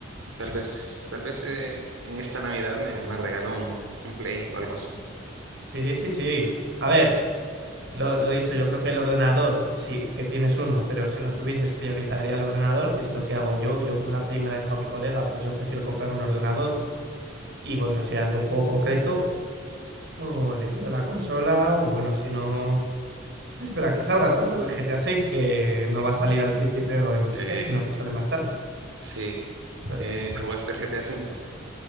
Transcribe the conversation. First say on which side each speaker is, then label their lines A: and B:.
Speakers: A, on the right; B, on the right.
A: tal vez, tal vez eh, en esta Navidad me, me regalo un, un Play o algo así.
B: Sí, sí, sí. A ver, Lo, lo dicho, yo creo que el ordenador, sí que tienes uno, pero si no tuvieses, priorizaría el ordenador, que es lo que hago yo. Yo como la Play me la ha dejado mi colega, pues yo prefiero comprarme un ordenador. Y bueno, si hay algún juego concreto, o le pido la consola, o bueno, si no, espera que salga como el GTA 6, que no va a salir al principio en
A: Sí,
B: PC, sino que sale más tarde.
A: sí.
B: ¿sabes?
A: Eh, ¿jugaste el GTA V?